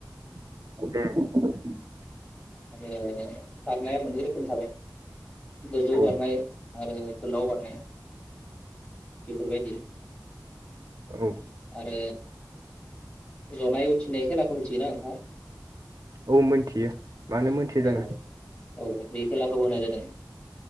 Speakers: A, on the right (about 55°); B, on the left (about 15°).
A: उम
B: आरो बारनाया मोननै रोखोमनि थाबाय गोजौ
A: औ
B: बारनाय आरो गोलाव बारनाय बेफोरबायदि
A: औ
B: आरो जनाय उथिनाय खेलाखौ मिथियोना नोंथाङा
A: औ मिथियो मानो मोनथिया
B: औ
A: जानो
B: औ बे खेलाखौबो होनाय जादों।